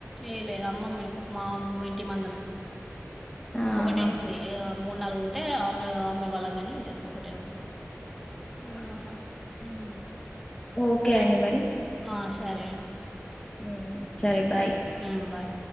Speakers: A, in the centre; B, on the left.
A: ఏ లే అమ్మం మేం మా ఇంటి మందమే
B: ఆహా
A: ఒకటే ఉంది ఆ మూడు నాలుగు ఉంటే అమ్మే అమ్మే వాళ్ళం గాని జస్ట్ ఒకటే ఉంది
B: ఆహా
A: మ్మ్
B: ఓకే అండి మరి
A: ఆ సరే అం
B: ఉమ్ సరే బాయ్
A: మ్మ్ బాయ్